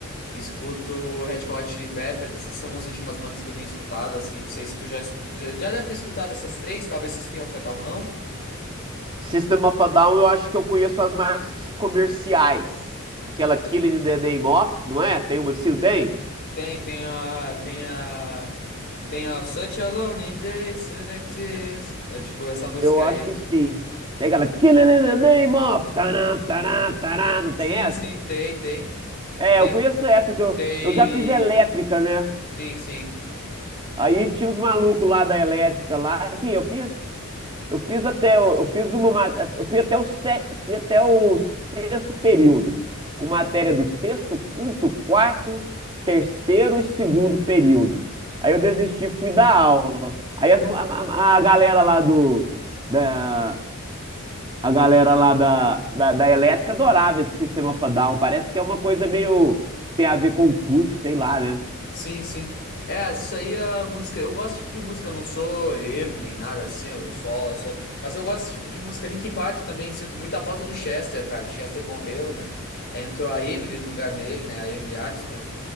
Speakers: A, on the left; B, on the right.
A: Escuto Red Hot Chili Peppers. Essas são as últimas bandas que eu tenho escutado, assim. Não sei se tu já, es- já já deve ter escutado essas três, talvez System of a Down não.
B: System of a Down, eu acho que eu conheço as mais comerciais. Aquela Killing in the Name of, não é? Tem uma assim, não tem?
A: Tem, tem a, tem a Tem a Such a Lonely Day Soon Exists. É tipo essa música
B: Eu acho
A: aí.
B: que sim. Tem aquela Killing in the Name of, taran, taran, taran, não
A: Sim,
B: tem essa?
A: sim, tem, tem.
B: É,
A: Tem,
B: eu conheço essa que eu,
A: tem.
B: eu já fiz elétrica, né?
A: Sim, sim.
B: Aí tinha os malucos lá da elétrica lá, assim, eu fiz, eu fiz até, o- eu fiz uma, ma- eu fui até o sé- fui até o sexto período, com matéria do sexto, quinto, quarto, terceiro e segundo período. Aí eu desisti, fui dar aula. Aí as ma- ma- a, galera lá do, da, a galera lá da, da, da elétrica adorava esse sistema of a Down. Parece que é uma coisa meio que tem a ver com o curso, sei lá, né?
A: Sim, sim. É, isso aí é a música. Eu gosto desse tipo de música, eu não sou emo nem nada assim, eu só, eu só. Mas eu gosto desse tipo de música. Linkin Park também, sinto muita falta do Chester, cara. Chester morreu, né? Aí entrou a Emily no lugar dele, né? A Emily Armstrong.